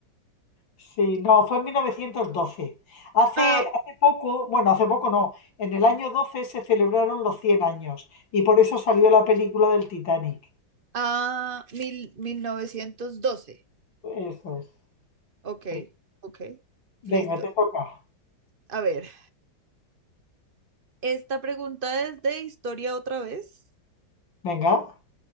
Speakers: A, on the left; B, on the right.
A: Sí, no, fue en 1912. Hace,
B: Ah,
A: hace poco, bueno, hace poco no, en el año 12 se celebraron los 100 años y por eso salió la película del Titanic.
B: ah, mil, 1912.
A: Eso es.
B: Ok,
A: sí.
B: ok, listo.
A: Venga, te toca.
B: A ver, Esta pregunta es de historia otra vez.
A: Venga.